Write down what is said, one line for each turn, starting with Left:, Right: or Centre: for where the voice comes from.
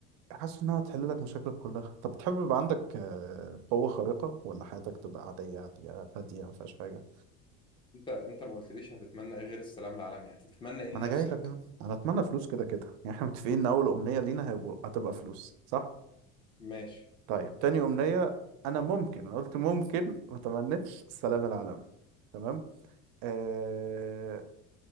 Right: حاسس إنها هتحل لك مشاكلك كلها طب بتحب يبقى عندك آه، قوة خارقة ولا حياتك تبقى عادية هادية هادية ما فيهاش حاجة
Left: انت انت ما قلتليش هتتمنى ايه غير السلام العالمي هتتمنى ايه لنفسك
Right: ما أنا جاي لك أهو أنا أتمنى فلوس كده كده <laughs> يعني إحنا متفقين إن أول أمنية لينا هيبقوا هتبقى فلوس صح؟
Left: ماشي
Right: طيب تاني أمنية أنا ممكن أنا قلت ممكن ما تمنيتش السلام العالمي تمام أه